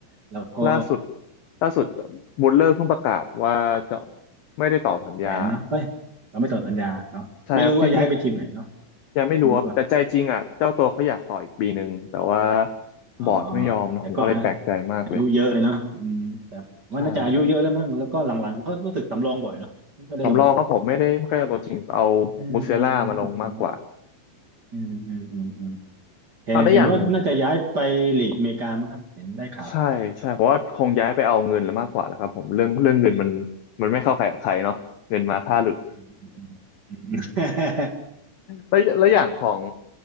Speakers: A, on the right (about 55°); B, on the left (about 80°).
A: แล้วก็
B: ล่าสุดล่าสุดบูลเลอร์เพิ่งประกาศว่าจะไม่ได้ต่อสัญญา
A: แหวนเนาะเฮ้ยเราไม่ต่อสัญญาเนาะไม่รู้ว่าย้ายไปทีมไหนเนาะ
B: ใช่ครับจริงๆยังไม่รู้ครับแต่ใจจริงอ่ะเจ้าตัวเขาอยากต่ออีกปีหนึ่งแต่ว่า
A: คิวรู้ป่ะอ๋อ
B: บอร์ดไม่ยอมนะผมก็เลยแปลกใจมากเลย
A: แต่ก็อายุเยอะเลยเนาะอืมแต่ว่าน่าจะอายุเยอะแล้วมั้งแล้วก็หลังๆก็รู้สึกสำรองบ่อยเนาะไม่ค่อยได้ลง
B: ใช่ครับสำรองก็ผมไม่ได้ไม่ค่อยเอาตัวจริงเอา
A: เออเออรู้สึกเหมือน
B: มูเซล่ามาลงมากกว่า
A: อืมอืมอืมอืม เห็นเห็นว่าน่าจะย้ายไปลีกอเมริกามั้งครับเห็นได้ข่าว
B: เอาได้อย่างใช่ใช่เพราะว่าคงย้ายไปเอาเงินแล้วมากกว่าแล้วครับผมเรื่องเรื่องเงินมัน
A: เออ
B: มันไม่เข้าใครออกใครเนาะเงินมาถ้าหลุด
A: อืมอืมอืม
B: แล้วแล้วอย่างของ
A: อืา